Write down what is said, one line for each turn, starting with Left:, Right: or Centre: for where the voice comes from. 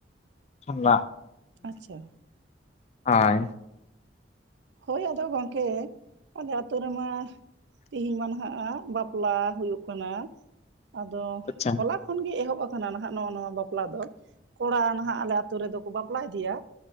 Left: ᱪ <inaudible>
Right: ᱟᱪᱪᱷᱟ
Left: ᱦᱭ <inaudible>
Right: ᱦᱳᱭ ᱟᱫᱚ ᱜᱚᱢᱠᱮ ᱟᱞᱮ ᱟᱹᱛᱩᱳ ᱨᱮᱢᱟ ᱛᱮᱦᱤᱧ ᱢᱟ ᱱᱟᱦᱟᱜ ᱵᱟᱯᱞᱟ ᱦᱩᱭᱩᱜ ᱠᱟᱱᱟ ᱟᱫᱚ
Left: ᱟᱪᱪᱷᱟ
Right: ᱦᱚᱞᱟ ᱛᱚᱠᱷ ᱠᱷᱚᱱ ᱜᱮ ᱮᱦᱚᱵ ᱟᱠᱟᱱᱟ ᱱᱟᱦᱟᱜ ᱱᱚᱜᱼ ᱱᱚᱣᱟ ᱵᱟᱯᱞᱟ ᱫᱚ ᱠᱚᱲᱟ ᱱᱟᱦᱟᱜ ᱟᱞᱮ ᱟ ᱟᱹᱛᱩ ᱨᱮᱫᱚ ᱠᱚ ᱵᱟᱯᱞᱟ ᱤᱫᱤᱭᱟ